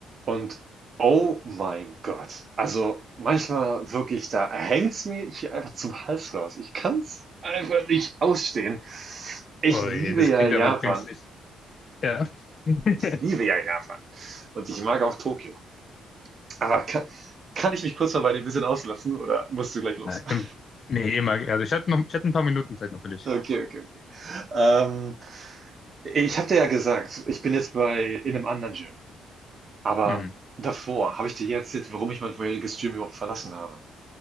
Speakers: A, on the right; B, on the left.
A: Und oh mein Gott, also manchmal wirklich, da hängt's mir hier einfach zum Hals raus. Ich kann's einfach nicht ausstehen. Ich
B: Oh
A: liebe
B: je, das
A: ja
B: klingt
A: Japan.
B: aber brenzlig. Ja. <laughs>
A: Ich liebe ja Japan. Und ich mag auch Tokio. Aber kann, kann ich mich kurz mal bei dir ein bisschen auslassen oder musst du gleich los?
B: Ja,
A: <laughs>
B: im, nee, immer. Also ich hatte noch, ich hatte ein paar Minuten Zeit noch für dich.
A: Okay, okay, okay. Ähm, ich habe dir ja gesagt, ich bin jetzt bei in einem anderen Gym. Aber
B: Mhm.
A: davor habe ich dir jetzt jetzt, warum ich mein vorheriges Gym überhaupt verlassen habe.